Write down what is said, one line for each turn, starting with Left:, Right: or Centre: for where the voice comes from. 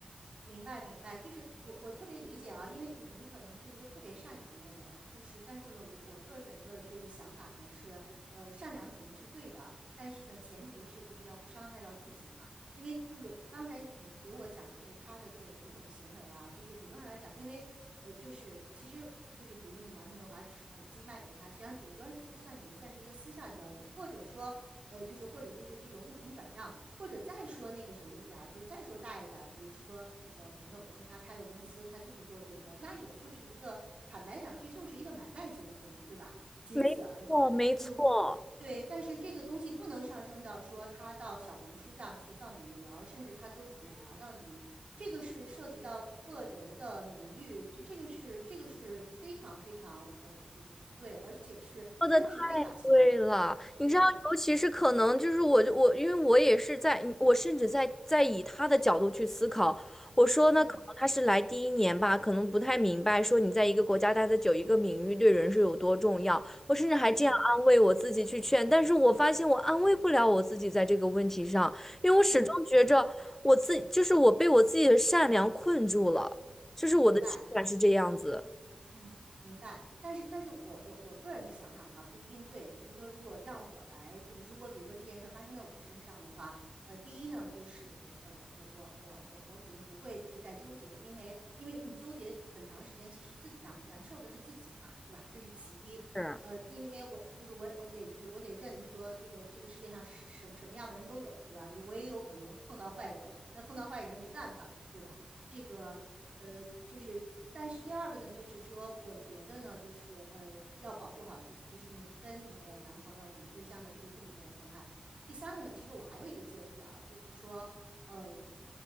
Right: 明白，明白，就是我我特别理解啊，因为你你可能是一个特别善良的人，就是但是呢，我我个人的这个想法呢是，呃，善良肯定是对的，但是呢，前提是就是要不伤害到自己嘛，因为就是我刚才你给我讲的就是他的这个种种行为啊，就是理论上来讲，因为呃，就是其实就是比如说你男朋友把耳耳机卖给他，实际上顶端是算你们算是一个私下交易，或者说呃，就是或者就是这种物品转让，或者再说那个什么一点儿，就是再说大一点儿，比如说你的朋友本身他开了公司，他就是做这个的，那也就是一个坦白讲，这就是一个买卖纠纷，对吧？仅此而已，
Left: 没错，没错。
Right: 就是无对，但是这个东西不能上升到说他到小红书上去造你们的谣，甚至他都已经查到你，这个是涉及到个人的名誉，这这个是这个是非常非常呃，就是不对，而且是真的是非法行为，
Left: 说的太贵了，你知道，
Right: 对，
Left: 尤其是可能就是我就我，因为我也是在，我甚至在在以他的角度去思考，我说呢，
Right: 嗯。
Left: 可能他是来第一年吧，可能不太明白说你在一个国家待的久，一个名誉对人是有多重要，我甚至还这样安慰我自己去劝，
Right: 嗯
Left: 但是我发现我安慰不了我自己在这个问题上，因为我始终觉着我自己就是我被我自己的善良困住了，
Right: 嗯，
Left: 就是我的情感是这样子，
Right: 明白，嗯明白。但是，但是我我我个人的想法哈不一定对，就是说，如果让我来，就是如果比如说这件事儿发生在我身上的话，呃，第一呢，就是呃，我我我我我肯定不会就在纠结，因为因为你纠结很长时间，其实自难难受的是自己嘛，对吧？这是其一。
Left: 是。
Right: 呃，因为我就是我我得就是我得认说这个这个世界上是什什么样的人都有，对吧？也我也有可能碰到坏人，那碰到坏人没办法，对吧？这个。呃，就是但是第二个呢，就是说，我觉得呢，就是呃，要保护好自己，就是你跟你的男朋友、你的对象的利益不能受到伤害。第三个呢，其实我还有一个建议啊，就是说，呃。